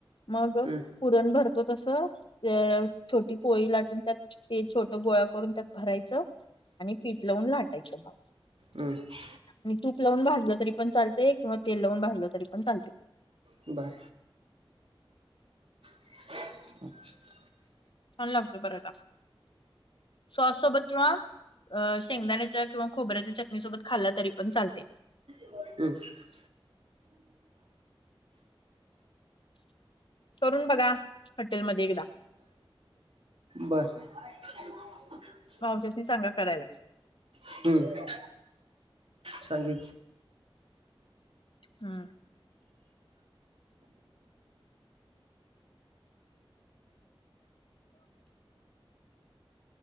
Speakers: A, on the left; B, on the right.
A: मग,
B: हम्म
A: पुरण भरतो तसं, ते छोटी पोळी लाटून, त्यात ते छोट गोळा करून, त्यात ते भरायचं आणि पीठ लावून लाटायच. <unintelligible>
B: हम्म
A: आणि तूप लावून भाजलं तरी पण चालतय, किंवा तेल लावून भाजलं तरी पण चालतय.
B: <inaudible> बर. <inaudible>
A: छान लागतो पराठा. सॉस सोबत किंवा अ शेंगदाण्याच्या किंवा खोबऱ्याच्या, चटणीसोबत खाल्ला तरी पण चालते.
B: <unintelligible>
A: करून बघा. हॉटेलमध्ये, एकदा.
B: बर. <unintelligible>
A: भावजसनी सांगा करायला.
B: ह, <inaudible> सांगीन.
A: हम्.